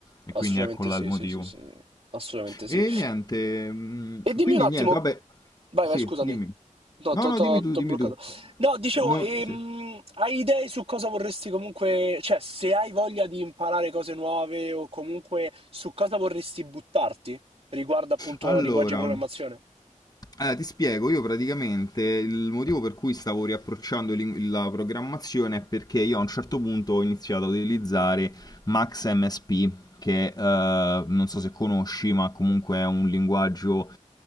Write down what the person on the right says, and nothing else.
Assolutamente
sì,
sì, sì, sì. sì. Assolutamente sì.
E dimmi
un attimo...
Vai,
vai, scusami.
No,
t'ho
t'ho-
t'ho
bloccato.
No, dicevo,
ehm,
hai idee su cosa vorresti comunque... Cioè, se hai voglia di imparare cose nuove o comunque su cosa vorresti buttarti riguardo appunto
linguaggi di programmazione?